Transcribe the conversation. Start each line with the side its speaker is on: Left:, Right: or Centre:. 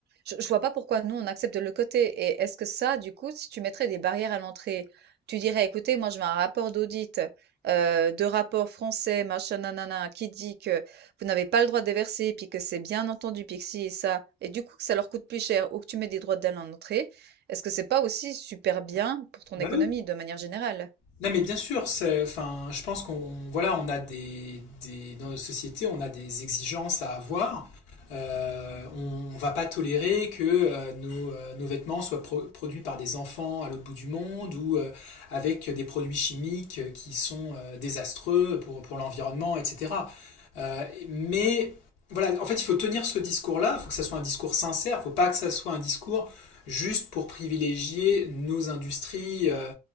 Right: Je je vois pas pourquoi nous, on accepte de le côté et est-ce que ça, du coup, si tu mettrais des barrières à l'entrée, tu dirais: «Écoutez, moi, je veux un rapport d'audit, heu, de rapport français, machin, nanana, qui dit que vous n'avez pas le droit de déverser, puis que c'est bien entendu, puis que si et ça» et du coup, que ça leur coûte plus cher ou que tu mets des droits douane à l'entrée. Est-ce que c'est pas aussi super bien pour ton
Left: Bah
Right: économie,
Left: oui.
Right: de manière générale?
Left: Non mais bien sûr, c'est- enfin, je pense qu'on voilà, on a des, des- dans notre société, on a des exigences à avoir. Euh, on, ne va pas tolérer que euh, nos, euh, nos vêtements soient pro- produits par des enfants à l'autre bout du monde ou euh, avec des produits chimiques euh, qui sont euh, désastreux pour, pour l'environnement, etc. Euh, mais voilà, en fait, il faut tenir ce discours-là. Il faut que ça soit un discours sincère. Il faut pas que ça soit un discours juste pour privilégier nos industries. euh,